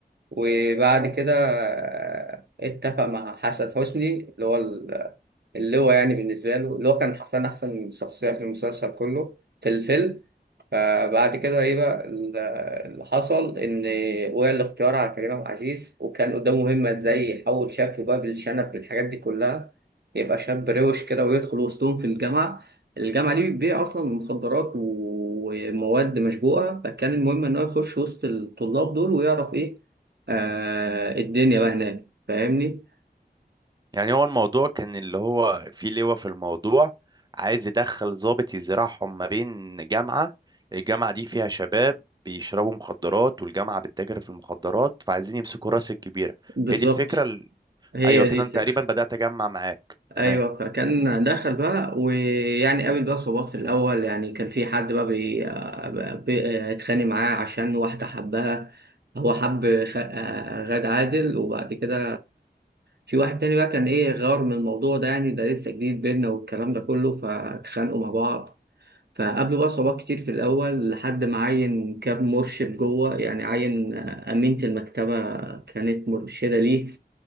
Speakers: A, on the right (about 70°); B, on the right (about 25°).
A: وبعد كده آه، اتفق مع حسن حسني اللي هو ال- اللي هو يعني بالنسبة له اللي هو كان حرفيا أحسن شخصية في المسلسل كله في الفيلم فبعد كده ايه بقى ال- اللي حصل ان وقع الاختيار على كريم عبد العزيز وكان قدامه مهمه ازاي يحول شكله بقى بالشنب بالحاجات دي كلها يبقى شاب روش كده ويدخل وسطهم في الجامعه الجامعه دي بتبيع اصلا مخدرات ومواد مشبوهه فكان المهم ان هو يخش وسط الطلاب دول ويعرف ايه آه الدنيا بقى هناك فاهمني
B: يعني هو الموضوع كان اللي هو في لواء في الموضوع عايز يدخل ضابط يزرعهم ما بين جامعه الجامعه دي فيها شباب بيشربوا مخدرات والجامعه بتتاجر في المخدرات فعايزين يمسكوا راس الكبيره
A: بالظبط
B: هي دي الفكرة
A: هي
B: ايوه كده
A: دي الفكره
B: انا تقريبا بدات اجمع معاك تمام
A: ايوه فكان دخل بقى ويعني قابل بقى صعوبات في الاول يعني كان في حد بقى بي... بي... اتخانق معاه عشان واحده حبها هو حب خ... غاد عادل وبعد كده في واحد تاني بقى كان ايه غار من الموضوع ده يعني ده لسه جديد بينا والكلام ده كله فاتخانقوا مع بعض فقابلوا بقى صعوبات كتير في الاول لحد ما عين كاب مرشد جوه يعني عين امينه المكتبه كانت مرشده ليه